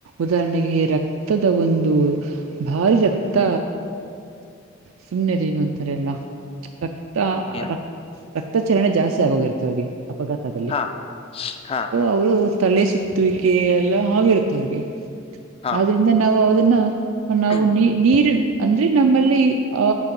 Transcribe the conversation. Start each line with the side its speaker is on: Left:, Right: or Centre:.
Right: ಉದಾಹರಣೆಗೆ ರಕ್ತದ ಒಂದು ಭಾರಿ ರಕ್ತ ಸುಮ್ಮ್ನೆದ ಏನು ಅಂತಾರೆ ಎಲ್ಲ ರಕ್ತ
Left: ಏನು
Right: ರ ರಕ್ತ ಚಲರಣೆ ಜಾಸ್ತಿ ಆಗೋಗಿರುತ್ತೆ ಅವರಿಗೆ ಅಪಘಾತದಲ್ಲಿ.
Left: ಹಾ ಹಾ
Right: ಅವರು ತಲೆ ಸುತ್ತುವಿಕೆ ಎಲ್ಲ ಆಗಿರುತ್ತೆ ಅವ್ರಿಗೆ
Left: ಹಾ
Right: ಆದ್ರಿಂದ ನಾವು ಅದನ್ನ ನಾವು
Left: ಹ್ಮ್,
Right: ನೀ ನೀರು ಅಂದ್ರೆ ನಮ್ಮಲ್ಲಿ ಆ